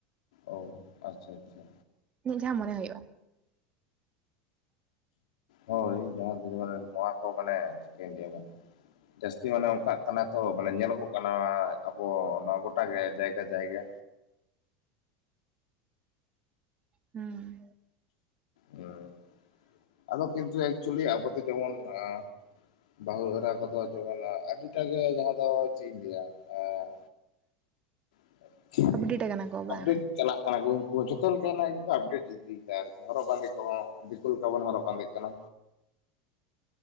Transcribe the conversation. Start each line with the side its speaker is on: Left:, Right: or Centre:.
Left: ᱚ ᱟᱪᱪᱷᱟ ᱟᱪᱪᱷᱟ᱾
Right: ᱤᱧᱟᱹᱜ ᱡᱟᱦᱟᱸ ᱢᱚᱱᱮ ᱦᱩᱭᱩᱜᱼᱟ᱾
Left: ᱦᱳᱭ, ᱡᱟᱦᱟᱸ ᱛᱮᱜᱮ ᱢᱟᱱᱮ ᱱᱚᱣᱟ ᱠᱚ ᱢᱟᱱᱮ ᱪᱮᱫ ᱠᱟᱹᱧ ᱞᱟᱹᱭᱟᱢᱟ? ᱡᱟᱹᱥᱛᱤ ᱢᱟᱱᱮ ᱚᱱᱠᱟᱜ ᱠᱟᱱᱟ ᱛᱚ ᱢᱟᱱᱮ ᱧᱮᱞᱚᱜᱚᱜ ᱠᱟᱱᱟ ᱱᱚᱣᱟ ᱟᱵᱚ ᱱᱚᱣᱟ ᱜᱚᱴᱟᱜᱮ ᱡᱟᱭᱜᱟ ᱡᱟᱭᱜᱟ᱾
Right: ᱦᱩᱸ᱾
Left: ᱦᱩᱸ ᱟᱫᱚ ᱠᱤᱱᱛᱩ ᱮᱠᱪᱩᱭᱮᱞᱤ ᱟᱵᱚ ᱫᱚ ᱡᱮᱢᱚᱱ ᱟ ᱵᱟᱹᱦᱩ ᱮᱨᱟ ᱠᱚᱫᱚ ᱡᱮᱢᱚᱱ ᱟᱹᱰᱤᱴᱟᱜ ᱜᱮ ᱡᱟᱦᱟᱸ ᱫᱚ ᱪᱮᱫ ᱤᱧ ᱞᱟᱹᱭᱟ ᱟᱸ <inaudible>
Right: ᱟᱯᱰᱮᱴ ᱠᱟᱱᱟ ᱠᱚ
Left: ᱟᱯᱰᱮᱴ
Right: ᱵᱟᱝ?
Left: ᱪᱟᱞᱟᱜ ᱠᱟᱱᱟ ᱠᱚ ᱩᱱᱠᱩ ᱦᱚᱸ ᱡᱷᱚᱛᱚ ᱞᱮᱠᱟᱱᱟᱜ ᱜᱮᱠᱚ ᱟᱯᱰᱮᱴ ᱤᱫᱤᱭ ᱫᱟ ᱟᱨᱠᱤ ᱦᱚᱨᱚᱜ ᱵᱟᱸᱫᱮ ᱠᱚᱦᱚᱸ ᱫᱤᱠᱩ ᱞᱮᱠᱟ ᱵᱚᱱ ᱦᱚᱨᱚᱜ ᱵᱟᱸᱫᱮ ᱠᱟᱱᱟ᱾